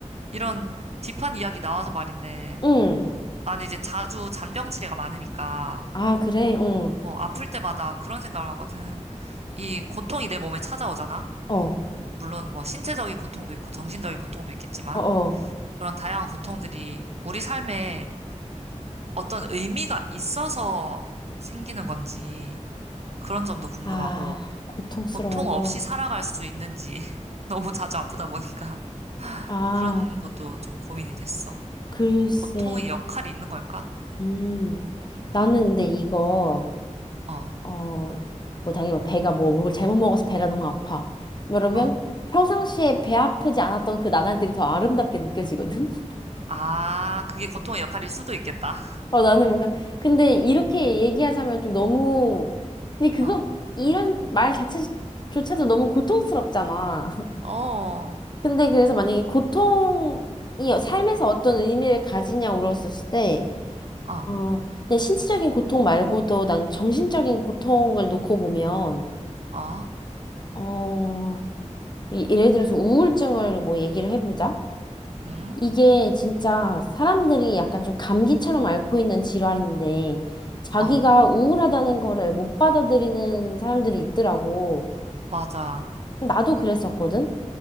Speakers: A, on the right; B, on the left.
A: 이런 딥한 이야기 나와서 말인데,
B: 응.
A: 나는 이제 자주 잔병치레가 많으니까,
B: 아, 그래? 응.
A: 어, 아플 때마다 그런 생각을 하거든. 이 고통이 내 몸에 찾아오잖아?
B: 어.
A: 물론 뭐 신체적인 고통도 있고 정신적인 고통도 있겠지만,
B: 어, 어.
A: 그런 다양한 고통들이 우리 삶에 어떤 의미가 있어서 생기는 건지, 그런 점도 궁금하고,
B: 아, 고통스러운
A: 고통
B: 거.
A: 없이 살아갈 수 있는지 <laughs> 너무 자주 아프다 보니까 <laughs>
B: 아,
A: 그런 것도 좀 고민이 됐어.
B: 글쎄.
A: 고통의 역할이 있는 걸까?
B: 음. 나는 근데 이거
A: 어,
B: 어, 뭐 당연히 뭐 배가 뭐 뭘 잘못 먹어서 배가 너무 아파. 그러면
A: 어.
B: 평상시에 배 아프지 않았던 그 나날들이 더 아름답게 느껴지거든. <laughs>
A: 아, 그게 고통의 역할일 수도 있겠다. <laughs>
B: 어, 나는 뭔가 근데 이렇게 얘기하자면 좀 너무 근데 그거
A: 어,
B: 이런 말 자체조차도 너무 고통스럽잖아. <laughs>
A: 어,
B: 근데 그래서 만약에 고통이 삶에서 어떤 의미를 가지냐 물었었을 때
A: 어,
B: 어, 그냥 신체적인 고통 말고도 난 정신적인 고통을 놓고 보면
A: 어,
B: 어 이- 예를 들어서 우울증을 뭐 얘기를 해보자.
A: 응,
B: 이게 진짜 사람들이 약간 좀 감기처럼 앓고 있는 질환인데 자기가
A: 어,
B: 우울하다는 거를 못 받아들이는 사람들이 있더라고.
A: 맞아.
B: 나도 그랬었거든.